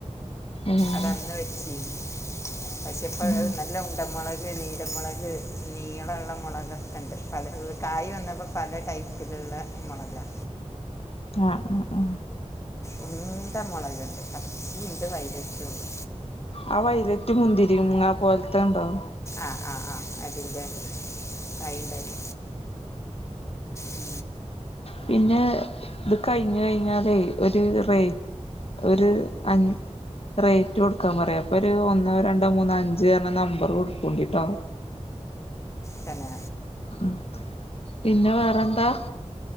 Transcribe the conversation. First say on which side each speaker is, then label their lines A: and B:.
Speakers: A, on the left; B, on the left.
A: ഏഹ്
B: അതന്ന് വെച്ചി പഷെ ഇപ്പോ
A: ഉം
B: അ അത് നല്ല ഉണ്ടമൊളക് നീലമൊളക് നീളള്ള മൊളക ക്കെണ്ട് പല കായ് വന്നപ്പം പല ടൈപ്പില്ള്ള മൊളകാ
A: ആഹ ആഹ
B: ഉണ്ട മുളകുണ്ട് പച്ചി ഇണ്ട് വൈലറ്റ് ഉണ്ട്
A: ആ വൈലറ്റ് മുന്തിരി ആ പോലത്തെ ഉണ്ടാവും
B: ആഹ് ആഹ് ആഹ അതിന്ത ഉണ്ട് കൈണ്ടായി ഉ
A: പിന്നെ ഇത് കഴിഞ്ഞ കഴിഞ്ഞാലേ ഒരു റേ ഒരു അഞ് റേറ്റ് കൊടുക്കാൻ പറയാ അപ്പൊ ഒരു ഒന്നോ രണ്ടോ മൂന്നോ അഞ്ച് എന്ന നമ്പർ കൊടുക്കണ്ടിട്ടോ
B: പിന്ന
A: ഉ പിന്നെ വേറെന്താ